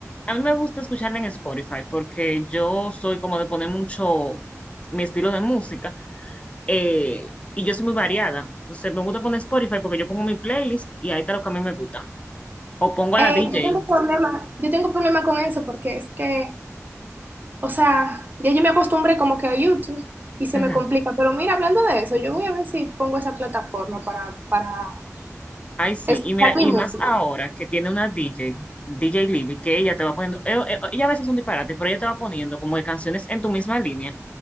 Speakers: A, on the left (about 25°); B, on the right (about 35°).
A: a mí me gusta escucharla en Spotify, porque yo soy como de poner mucho mi estilo de música, eh, y yo soy muy variada, entonces me gusta poner Spotify porque yo pongo mi playlist y ahí está lo que a mí me gusta. O pongo
B: Eh,
A: a la DJ.
B: yo tengo problema, yo tengo problema con eso porque es que, o sea, ya yo me acostumbré como que a YouTube y se
A: Ajá.
B: me complica. Pero mira, hablando de eso, yo voy a ver si pongo esa plataforma para, para
A: Ay, sí.
B: Escuchar
A: Y mira, y
B: mi música.
A: más ahora que tiene una DJ, DJ Libby, que ella te va poniendo, eh, eh, ella a veces es un disparate, pero ella te va poniendo como que canciones en tu misma línea,